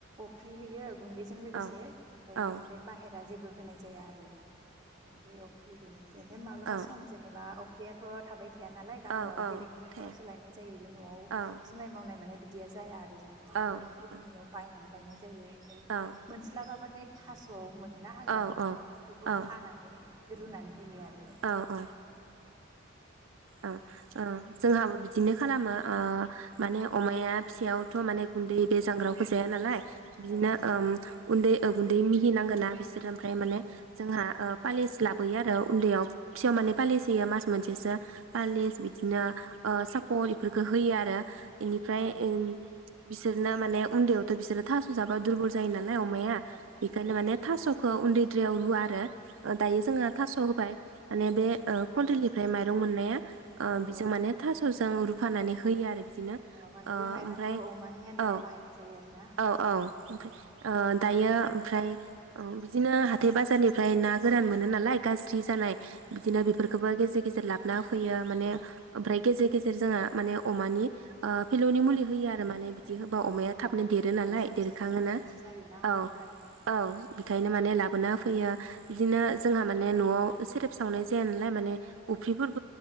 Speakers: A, on the right; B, on the right.
A: फ्रि होयो गुन्दैजों लोगोसे
B: औ
A: ओमफ्राय
B: औ
A: बिनिफ्राय बाहेरा जेबो होनाय जाया आरो गुन्दै अफ्रि बेनो ओमफ्राय माब्लाबा
B: औ
A: सम जेनेबा अ दैआथ थाबाय थ थाया नालाय गामियाव
B: औ औ
A: बेलेगनि नरावसो
B: थाया
A: लायनाय जायोदि नआव
B: औ
A: जुमाय मावनाय माने बि <unintelligible> जाया आरो बेनिखायनो
B: औ
A: गुबुननियाव
B: औ
A: बायनानै लायनाय जायो फाय
B: औ
A: मोनस्लाबाबाथ ओमफ्राय थास मोनो ना हाग्रानि
B: औ
A: बेखौ
B: औ
A: हानानै रुनानै होयो आरो
B: औ औ ओ ओ जोंहाबो बिदिनो खालामो ओ माने अमाया फिसायावथ माने गुन्दै बे जांग्राखौ जाया नालाय बिनो
A: औ औ
B: ओम उन्दै ओ गुन्दै मि सि नांगोना बिसोर होथ ओमफ्राय माने
A: औ औ
B: जोंहा
A: नांगौ
B: ओ पालिस लाब होयो आरो उन्दैयाव फिसौ माने फालिसैयो मास मोनसेसो पालेेज
A: औ
B: बिदिनो ओ सापर इफोर खो होयो आरो इनिफ्राय
A: औ
B: उम बिसोरनो माने उन्दै यावथ बिसोरो थास जाबा दुरबल जायोना लाय अमाया
A: औ
B: बेखायनो माने थासख ओ उन्दै द्रायाव रुवा आरो। ओ दायो
A: औ
B: जोंङो थास' होबाय माने बे ओ कनट्रेलनि। फ्राय माइरं मोननाया अ
A: औ
B: बिजों
A: औ
B: माने थासजों रुफानानै होयो आरो बिदिनो
A: माने
B: अ
A: बे माइरंखौ
B: ओमफ्राय
A: अमानि आदाराव
B: औ
A: बाहायनाय जायो आरो ना
B: औ औ ओमफ्राय अ दायो ओमफ्राय अ बिदिनो हाथाय बाजारनिफ्राय ना गोरान मोनो नालाय गाज्रि जानाय बिदिनो
A: औ
B: बेफोरखौबो गेजे गेजेर लाबोनाव हो फैयो माने ओमफ्राय गेजेर गेजेर जोंहा माने अमानि अ फिलौनि मुलि होयो आरो माने बिदि होबा अमाया
A: औ
B: थाबनो
A: औ
B: देरो नालाय
A: औ सम
B: देरखाङोनो
A: सम फिलौ बिदि जायोना अमाफोराथ'
B: औ औ बेखायनो माने लाबोना हो फैयो बिदिनो जोंहा माने नवाव। सेरेब सावनाय जाया नालाय माने अफ्रिफोर बो